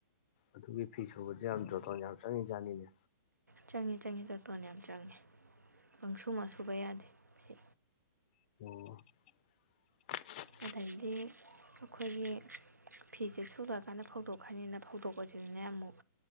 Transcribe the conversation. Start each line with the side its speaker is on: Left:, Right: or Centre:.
Left: ꯑꯗꯨꯒꯤ ꯐꯤ ꯁꯨꯕꯁꯦ ꯌꯥꯝ ꯖꫭꯇꫭꯟ ꯌꯥꯝ ꯆꯪꯉꯤꯖꯥꯠꯅꯤꯅꯦ
Right: ꯆꯪꯉꯤ ꯆꯪꯉꯤ ꯖꫭꯇꫭꯟ ꯌꯥꯝ ꯆꯪꯉꯦ ꯄꯪꯁꯨ ꯃꯁꯨꯕ ꯌꯥꯗꯦ ꯐꯤ
Left: ꯑꯣ
Right: ꯑꯗꯩꯗꯤ ꯑꯈꯣꯏꯒꯤ ꯐꯤꯁꯦ ꯁꯨꯨ ꯂꯣꯏꯔꯀꯥꯟꯗ ꯐꯧꯗꯣꯛꯈ꯭ꯔꯅꯤꯗꯅ ꯐꯧꯗꯣꯛꯄꯁꯤꯖꯨꯅꯦ ꯑꯃꯨꯛ